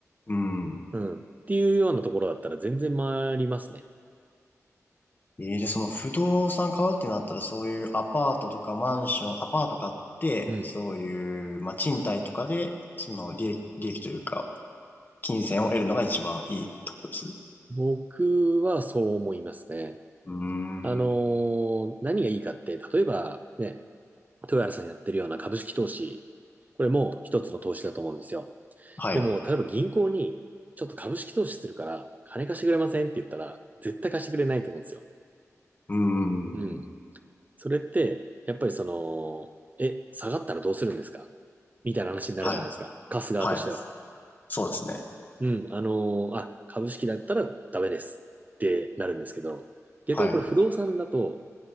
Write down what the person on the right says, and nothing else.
うん。っていうようなところだったら全然回りますね。
うん。
僕はそう思いますね。
あのー何がいいかって、例えばね、豊原さんやってるような株式投資、これも一つの投資だと思うんですよ。
でも、
例えば銀行に、ちょっと株式投資するから、金貸してくれませんって言ったら、絶対貸してくれないと思うんですよ。
うん。それって、やっぱりその、え、下がったらどうするんですかみたいな話になるじゃないですか。
貸す側としては。
うん、あのーあ、株式だったらダメですってなるんですけど、逆にこれ不動産だと、